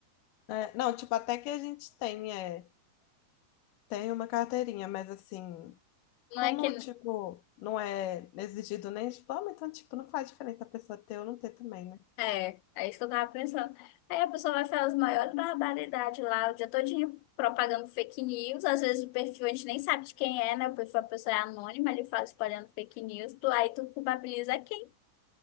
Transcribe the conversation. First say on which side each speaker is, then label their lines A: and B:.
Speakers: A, on the left (about 65°); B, on the left (about 85°).
A: É, não, tipo, até que a gente tem. é, Tenho uma carteirinha, mas assim, como,
B: Não é que
A: tipo, não é exigido nem diploma, então, tipo, não faz diferença a pessoa ter ou não ter também, né?
B: É, é isso que eu tava pensando. Aí a pessoa vai falar as maiores barbaridades lá, o dia todinho propagando fake news. Às vezes o perfil a gente nem sabe de quem é, né? O perfil da pessoa é anônima, ele fala espalhando fake news. Tu, aí tu culpabiliza quem?